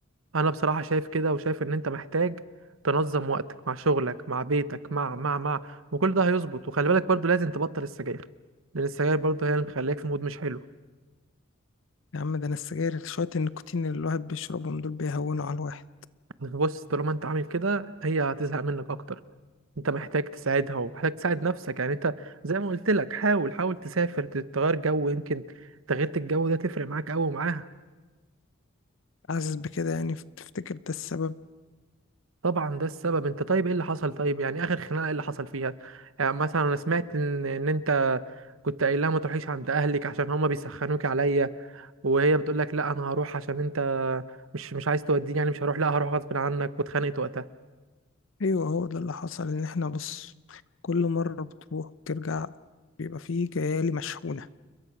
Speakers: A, on the right; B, on the left.
A: انا بصراحه شايف كده وشايف ان انت محتاج تنظم وقتك مع شغلك مع بيتك مع مع مع وكل ده هيظبط وخلي بالك برضو لازم تبطل السجاير لان السجاير برضو هي اللي مخليك في مود مش حلو
B: يا عم ده انا السجاير شوية النيكوتين اللي الواحد بيشربهم دول بيهونوا على الواحد
A: بص طالما انت عامل كده هي هتزهق منك اكتر انت محتاج تساعدها ومحتاج تساعد نفسك يعني انت زي ما قلت لك حاول حاول تسافر تغير جو يمكن تغيرة الجو ده تفرق معاك قوي معاها
B: حاسس بكده يعني تفتكر ده السبب
A: طبعا ده السبب انت طيب ايه اللي حصل طيب يعني اخر خناقه ايه اللي حصل فيها يعني مثلا انا سمعت ان, ان انت كنت قايل لها ما تروحيش عند اهلك عشان هما بيسخنوك عليا وهي بتقول لك لا انا هروح عشان انت مش مش عايز توديني يعني مش هروح لا هروح غصب عنك واتخانقت وقتها
B: ايوه هو ده اللي حصل ان احنا بص كل مرة بتروح وترجع بيبقى فيه جيالي مشحونة